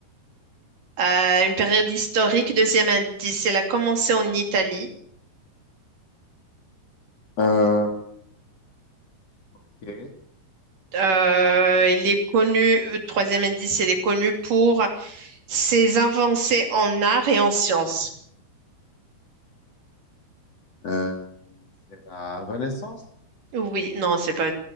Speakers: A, on the right; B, on the left.
A: Euh, une période historique, deuxième indice, elle a commencé en Italie.
B: Euh, ok.
A: Euh, il est connu, euh, troisième indice, il est connu pour ses avancées en art et en sciences.
B: Euh, c'est la Renaissance?
A: Oui, non, c'est pas.